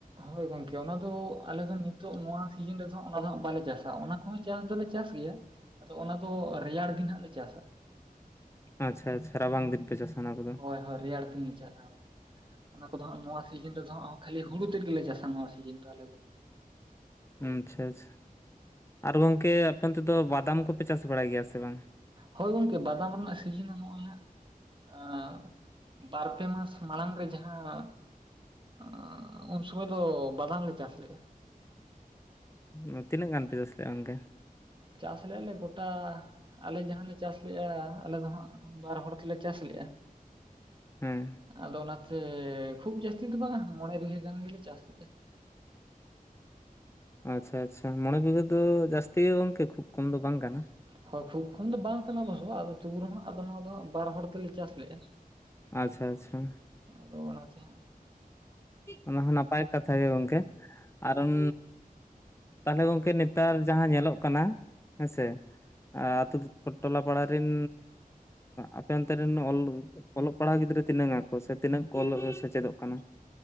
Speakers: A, on the right; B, on the left.
A: ᱦᱳᱭ ᱜᱚᱝᱠᱮ ᱚᱱᱟ ᱫᱚ ᱟᱞᱮ ᱫᱚ ᱱᱤᱛᱚᱜ ᱱᱚᱣᱟ ᱥᱤᱡᱤᱱ ᱨᱮᱫᱚ ᱚᱱᱟ ᱫᱚ ᱦᱟᱜ ᱵᱟᱞᱮ ᱪᱟᱥᱟ ᱚᱱᱟᱼᱼ ᱦᱚᱸ ᱪᱟᱥ ᱫᱚᱞᱮ ᱪᱟᱥ ᱜᱮᱭᱟ ᱟᱫᱚ ᱚᱱᱟ ᱫᱚ ᱨᱮᱭᱟᱲ ᱫᱤᱱ ᱦᱟᱸᱜ ᱞᱮ ᱪᱟᱥᱟ᱾
B: ᱟᱪᱪᱷᱟ ᱟᱪᱪᱷᱟ ᱨᱟᱵᱟᱝ ᱫᱤᱱ ᱯᱮ ᱪᱟᱥᱟ ᱚᱱᱟ ᱠᱚᱫᱚ
A: ᱦᱳᱭ ᱦᱳᱭ ᱨᱮᱭᱟᱲ ᱫᱤᱱ ᱞᱮ ᱪᱟᱥᱟ᱾ ᱚᱱᱟ ᱠᱚᱫᱚ ᱦᱟᱸᱜ ᱱᱚᱣᱟ ᱥᱤᱡᱤᱱ ᱨᱮᱫᱚ ᱦᱟᱸᱜ ᱠᱷᱟᱹᱞᱤ ᱦᱩᱲᱩ ᱛᱮᱫ ᱜᱮᱞᱮ ᱪᱟᱥᱟ ᱱᱚᱣᱟ ᱥᱤᱡᱤᱱ ᱫᱚ ᱟᱞᱮ ᱫᱚ᱾
B: ᱩᱸ ᱪᱷᱟ ᱪᱷᱟ ᱟᱨ ᱜᱚᱝᱠᱮ ᱟᱯᱮ ᱚᱱᱛᱮ ᱫᱚ ᱵᱟᱫᱟᱢ ᱠᱚᱯᱮ ᱪᱟᱥ ᱵᱟᱲᱟᱭ ᱜᱮᱭᱟ ᱥᱮ ᱵᱟᱝ?
A: ᱦᱳᱭ ᱜᱚᱢᱠᱮ ᱵᱟᱫᱟᱢ ᱨᱮᱱᱟᱜ ᱥᱤᱡᱤᱱ ᱦᱚᱸ ᱱᱚᱜᱼᱚᱭ ᱦᱟᱸᱜᱼᱼ ᱟᱸ ᱵᱟᱨᱯᱮ ᱢᱟᱥ ᱢᱟᱲᱟᱝ ᱨᱮ ᱡᱟᱦᱟᱸᱼᱼ ᱟᱸ ᱩᱱ ᱥᱩᱢᱟᱹᱭ ᱫᱚ ᱵᱟᱫᱟᱢ ᱞᱮ ᱪᱟᱥ ᱞᱮᱜᱼᱟ᱾
B: ᱩᱸ ᱛᱤᱱᱟᱹᱜ ᱜᱟᱱ ᱯᱮ ᱪᱟᱥ ᱞᱮᱫᱼᱟ ᱜᱚᱢᱠᱮ?
A: ᱪᱟᱥ ᱞᱮᱜ ᱟᱞᱮ ᱜᱳᱴᱟᱼᱼ ᱟᱞᱮ ᱡᱟᱦᱟᱸ ᱞᱮ ᱪᱟᱥ ᱞᱮᱜᱼᱟ ᱟᱞᱮ ᱫᱚ ᱦᱟᱸᱜ ᱵᱟᱨ ᱦᱚᱲ ᱛᱮᱞᱮ ᱪᱟᱥ ᱞᱮᱜᱼᱟ᱾
B: ᱦᱮᱸ᱾
A: ᱟᱫᱚ ᱚᱱᱟ ᱛᱮ ᱠᱷᱩᱵ ᱡᱟᱹᱥᱛᱤ ᱫᱚ ᱵᱟᱝᱼᱟ ᱢᱚᱬᱮ ᱵᱤᱜᱷᱟᱹ ᱜᱟᱱ ᱜᱮᱞᱮ ᱪᱟᱥ ᱞᱮᱜᱼᱟ᱾
B: ᱟᱪᱪᱷᱟ ᱟᱪᱪᱷᱟ ᱢᱚᱬᱮ ᱵᱤᱜᱷᱟᱹ ᱫᱚ ᱡᱟᱹᱥᱛᱤ ᱜᱚᱢᱠᱮ ᱠᱷᱩᱵ ᱠᱚᱢ ᱫᱚ ᱵᱟᱝ ᱠᱟᱱᱟ᱾
A: ᱦᱳᱭ ᱠᱷᱩᱵ ᱠᱷᱚᱱ ᱫᱚ ᱵᱟᱝ ᱠᱟᱱᱟ ᱚᱵᱚᱥᱼᱥᱚ ᱟᱫᱚ ᱛᱩᱵᱩ ᱨᱮᱦᱚᱸ ᱟᱫᱚ ᱱᱚᱣᱟ ᱫᱚ ᱵᱟᱨ ᱦᱚᱲ ᱛᱮᱞᱮ ᱪᱟᱥ ᱞᱮᱜᱼᱟ᱾
B: ᱟᱪᱪᱷᱟ ᱟᱪᱪᱷᱟ᱾
A: ᱫᱚ ᱚᱱᱟ ᱚᱱᱟᱛᱮ ᱦᱟᱜᱼᱼ
B: ᱚᱱᱟ ᱦᱚᱸ ᱱᱟᱯᱟᱭ ᱠᱟᱛᱷᱟ ᱜᱮ ᱜᱚᱢᱠᱮ ᱠᱟᱨᱚᱱ ᱛᱟᱦᱚᱞᱮ ᱜᱚᱝᱠᱮ ᱱᱮᱛᱟᱨ ᱡᱟᱦᱟᱸ ᱧᱮᱞᱚᱜ ᱠᱟᱱᱟ ᱦᱮᱸᱥᱮ ᱟᱹᱛᱩ ᱴᱚᱞᱟ ᱯᱟᱲᱟᱨᱮᱱ ᱟᱯᱮ ᱚᱱᱛᱮ ᱨᱮᱱ ᱚᱞ ᱚᱞᱚᱜ ᱯᱟᱲᱦᱟᱣ ᱜᱤᱫᱽᱨᱟᱹ ᱛᱤᱱᱟᱹᱜ ᱟᱠᱚ ᱥᱮ ᱛᱤᱱᱟᱹᱜ ᱠᱚ ᱚᱞ ᱥᱮᱪᱮᱫᱚᱜ ᱠᱟᱱᱟ᱾